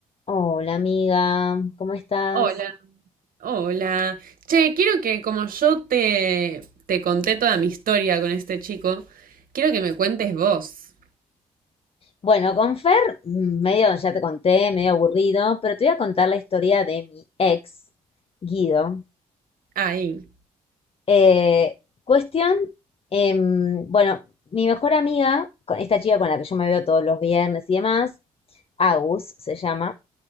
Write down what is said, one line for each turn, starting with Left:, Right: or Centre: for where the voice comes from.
Left: Hola amiga, ¿cómo estás?
Right: Hola, hola. Che, quiero que como yo te, te conté toda mi historia con este chico, quiero que me cuentes vos.
Left: Bueno, con Fer, mm, medio, ya te conté, medio aburrido, pero te voy a contar la historia de mi ex, Guido.
Right: Ahí.
Left: Eh, cuestión, em, bueno, mi mejor amiga, con- esta chica con la que yo me veo todos los viernes y demás, Agus se llama,